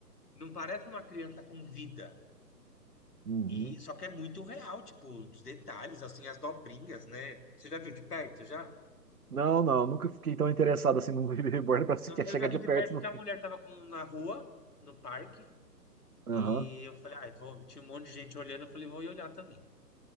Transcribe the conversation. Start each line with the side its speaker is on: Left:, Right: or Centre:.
Left: Não parece uma criança com vida.
Right: Uhum.
Left: E só que é muito real, tipo, os detalhes, assim, as dobrinhas, né? Você já viu de perto, já?
Right: Não, não, eu nunca fiquei tão interessado assim no <laughs> Bebê Reborn pra sequer
Left: Não, eu
Right: chegar
Left: já
Right: de
Left: vi
Right: perto.
Left: de perto porque
Right: Não. tem.
Left: a mulher tava com, na rua, no parque,
Right: Aham.
Left: e eu falei, ah, vou, tinha um monte de gente olhando, eu falei, vou ir olhar também.